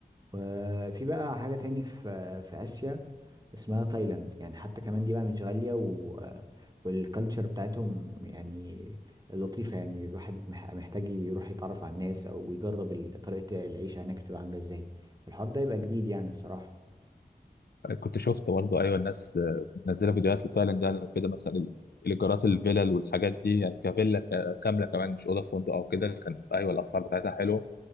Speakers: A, on the right; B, on the left.
A: وفي بقى حاجة تاني في في آسيا اسمها تايلاند يعني حتى كمان دي بقى مش غالية و... والكالتشر بتاعتهم يعني لطيفة يعني الواحد مح- محتاج يروح يتعرف على الناس أو يجرب ال- طريقة العيشة هناك تبقى عاملة ازاي فالحوار ده يبقى جديد يعني الصراحة
B: كنت شفت برضه ايوه الناس آه، منزله فيديوهات لتايلاند يعني وكده مثلا الايجارات الفيلل والحاجات دي يعني كفيلا ك- كامله كمان مش اوضه في فندق او كده كان ايوه الاسعار بتاعتها حلوه